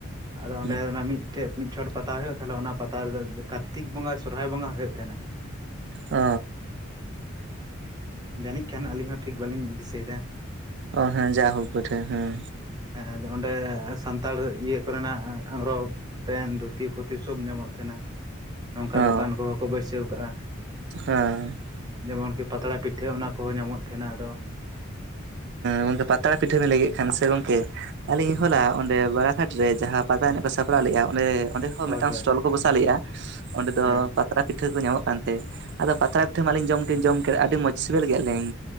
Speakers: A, on the right (about 20°); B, on the right (about 55°).
A: ᱟᱫᱚ ᱚᱸᱰᱮ
B: ᱦᱩᱸ
A: ᱚᱱᱟ ᱢᱤᱫᱴᱷᱮᱡ ᱢᱤᱫ ᱪᱷᱚᱴ ᱯᱟᱛᱟ ᱦᱩᱭᱩᱜᱼᱟ ᱛᱟᱦᱚᱞᱮ ᱚᱱᱟ ᱯᱟᱛᱟ ᱨᱮᱫᱚ ᱠᱟᱨᱛᱤᱠ ᱵᱚᱸᱜᱟ ᱥᱚᱨᱦᱟᱭ ᱵᱚᱸᱜᱟ ᱦᱩᱭᱩᱜ ᱛᱟᱸᱦᱮᱱᱟ
B: ᱚᱻ
A: ᱡᱟᱹᱱᱤᱡ ᱠᱷᱟᱱ ᱟᱹᱞᱤᱧ ᱦᱚᱸ ᱴᱷᱤᱠ ᱵᱟᱞᱤᱧ ᱫᱤᱥᱟᱹᱭ ᱫᱟ
B: ᱚᱸ ᱦᱮᱸ ᱡᱟ ᱦᱳᱠ ᱵᱚᱴᱷᱮ ᱦᱮᱸ
A: ᱦᱮᱸ ᱚᱸᱰᱮ ᱥᱟᱱᱛᱟᱲ ᱤᱭᱟᱹ ᱠᱚᱨᱮᱱᱟᱜ ᱟᱨᱦᱚ ᱯᱮᱱ ᱫᱷᱩᱛᱤ ᱯᱩᱛᱤ ᱥᱚᱵ ᱧᱟᱢᱚᱜ ᱛᱟᱦᱮᱱᱟ ᱱᱚᱝᱠᱟ
B: ᱚ
A: ᱫᱚᱠᱟᱱ ᱠᱚᱦᱚᱸ ᱠᱚ ᱵᱟᱹᱭᱥᱟᱹᱣ ᱠᱟᱜᱼᱟ᱾
B: ᱦᱮᱸ
A: ᱡᱮᱢᱚᱱᱠᱤ ᱯᱟᱛᱲᱟ ᱯᱤᱴᱷᱟᱹ ᱚᱱᱟ ᱠᱚᱦᱚᱸ ᱧᱟᱢᱚᱜ ᱛᱟᱦᱮᱱᱟ ᱟᱫᱚ᱾
B: ᱜᱚᱝᱠᱮ ᱯᱟᱛᱲᱟ ᱯᱤᱴᱷᱟᱹ ᱵᱮᱱ ᱞᱮᱭ ᱠᱮᱫ ᱠᱷᱟᱱ ᱥᱮ ᱜᱚᱝᱠᱮ ᱟᱹᱞᱤᱧ ᱦᱚᱞᱟ ᱚᱸᱰᱮ ᱵᱟᱲᱟ ᱜᱷᱟᱴ ᱨᱮ ᱡᱟᱦᱟᱸ ᱯᱟᱛᱟ ᱮᱱᱮᱡ ᱠᱚ ᱥᱟᱯᱲᱟᱣ ᱞᱮᱫᱼᱟ ᱚᱸᱰᱮ ᱚᱸᱰᱮ
A: ᱦᱳᱭ
B: ᱢᱤᱫᱴᱟᱝ
A: ᱦᱳᱭ
B: ᱥᱴᱚᱞ ᱠᱚ ᱵᱚᱥᱟ ᱞᱮᱜᱼᱟ ᱚᱸᱰᱮ ᱫᱚ
A: ᱦᱮᱸ
B: ᱯᱟᱛᱲᱟ ᱯᱤᱴᱷᱟᱹ ᱠᱚ ᱧᱟᱢᱚᱜ ᱠᱟᱱᱛᱮ ᱟᱫᱚ ᱯᱟᱛᱲᱟ ᱯᱤᱴᱷᱟᱹ ᱢᱟᱞᱤᱧ ᱡᱚᱢ ᱡᱚᱢ ᱠᱮᱫ ᱟᱹᱰᱤ ᱢᱚᱡᱽ ᱥᱮᱵᱮᱞ ᱠᱮᱜ ᱞᱤᱧ